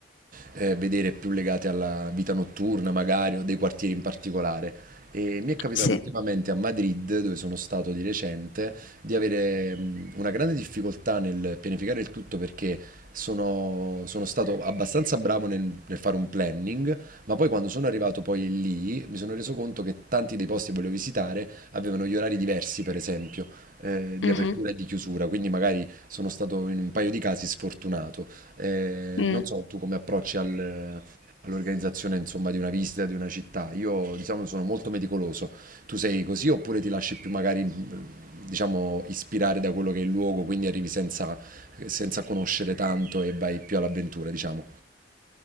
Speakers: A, on the right; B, on the left.
A: eh, vedere più legate alla vita notturna, magari, o dei quartieri in particolare. E mi è capitato
B: sì.
A: ultimamente a Madrid, dove sono stato di recente, di avere mh, una grande difficoltà nel pianificare il tutto perché sono, sono stato abbastanza bravo nel, nel fare un planning, ma poi quando sono arrivato poi lì mi sono reso conto che tanti dei posti che volevo visitare avevano gli orari diversi, per esempio, eh, di
B: Mhm,
A: apertura e di chiusura, quindi magari sono stato in un paio di casi sfortunato. Eh,
B: mm.
A: non so tu come approcci al- all'organizzazione, insomma, di una visita, di una città. Io, diciamo, sono molto meticoloso. Tu sei così oppure ti lasci più magari, mh, diciamo, ispirare da quello che è il luogo, quindi arrivi senza, senza conoscere tanto e vai più all'avventura, diciamo?